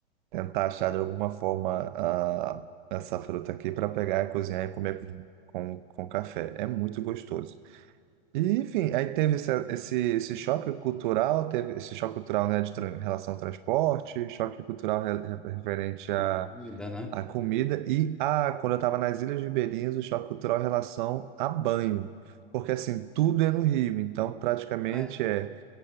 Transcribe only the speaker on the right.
tentar achar de alguma forma ah, essa fruta aqui para pegar e cozinhar e comer com, com, com café. É muito gostoso. E, enfim, aí teve esse, esse, esse choque cultural, teve esse choque cultural, né, de tra- em relação ao transporte, choque cultural re- re- referente
à,
à comida e a, quando eu estava nas Ilhas Ribeirinhas, o choque cultural em relação a banho. Porque, assim, tudo é no Rio, então praticamente
é